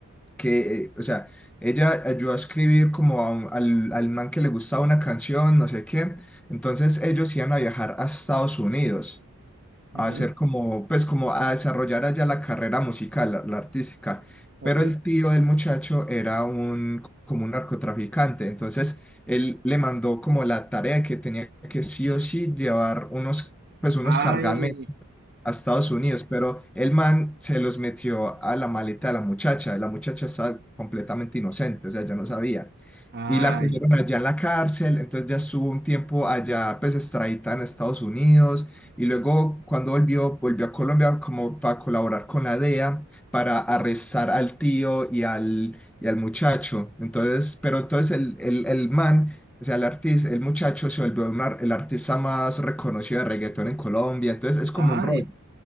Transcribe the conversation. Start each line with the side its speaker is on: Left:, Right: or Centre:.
Centre: que, eh, o sea, ella ayudó a escribir como a un- al, al man que le gustaba una canción, no sé qué. Entonces ellos iban a viajar a Estados Unidos
Right: ujú,
Centre: a hacer como, pues como a desarrollar allá la carrera musical, la, la artística.
Right: ok.
Centre: Pero el tío del muchacho era un, como un narcotraficante. Entonces él le mandó como la tarea de que tenía que sí o sí llevar unos, pues unos
Right: Ay,
Centre: cargamentos a Estados Unidos, pero el man se los metió a la maleta de la muchacha. La muchacha estaba completamente inocente, o sea, ya no sabía.
Right: ay,
Centre: Y la cogieron allá en la cárcel, entonces ya estuvo un tiempo allá, pues extradita en Estados Unidos. Y luego, cuando volvió, volvió a Colombia como para colaborar con la DEA para arrestar al tío y al, y al muchacho. Entonces, pero entonces el, el, el man. O sea, el artista, el muchacho se volvió un ar- el artista más reconocido de reggaetón en Colombia. Entonces es como
Right: ay,
Centre: un rollo.